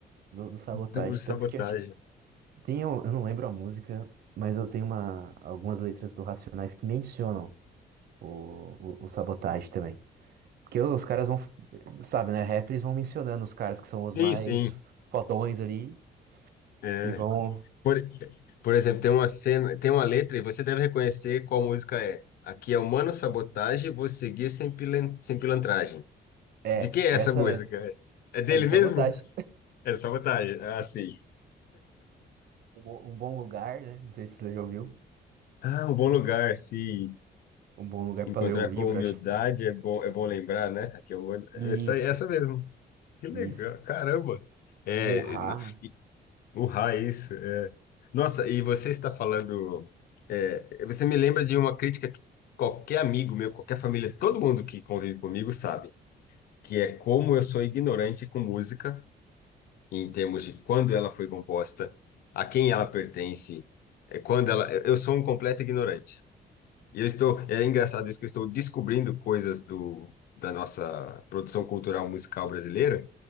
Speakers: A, on the right; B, on the left.
A: do, do Sabotage.
B: do Sabotagem.
A: Tanto que acho que tem, um- eu não lembro a música, mas eu tenho uma, algumas letras do Racionais que mencionam o, o, o Sabotage também. Porque os caras vão, sabe, né? Rap, eles vão mencionando os caras que são os
B: Sim,
A: mais
B: sim.
A: fodões ali
B: É.
A: e vão.
B: Por, por exemplo, tem uma cena, tem uma letra e você deve reconhecer qual música é. Aqui é Humano Sabotagem, vou seguir sem, pilan, sem pilantragem.
A: É,
B: De quem é
A: essa
B: essa música?
A: mesmo.
B: É dele
A: É do Sabotage.
B: mesmo? É Sabotagem. Ah, sim.
A: Um bom, um bom lugar, né? Não sei se você já ouviu.
B: Ah, um bom lugar, se
A: Um bom lugar
B: encontrar
A: pra ler um livro,
B: com humildade
A: acho.
B: é bom, é bom lembrar, né? Aqui é o,
A: Isso,
B: essa, essa mesmo. Que legal,
A: Isso.
B: caramba. É,
A: Burrar.
B: n- o raiz. Nossa, e você está falando. é, você me lembra de uma crítica que qualquer amigo meu, qualquer família, todo mundo que convive comigo sabe, que é como eu sou ignorante com música, em termos de quando ela foi composta, a quem ela pertence, é, quando ela. Eu sou um completo ignorante. E eu estou. É engraçado isso que eu estou descobrindo coisas do, da nossa produção cultural musical brasileira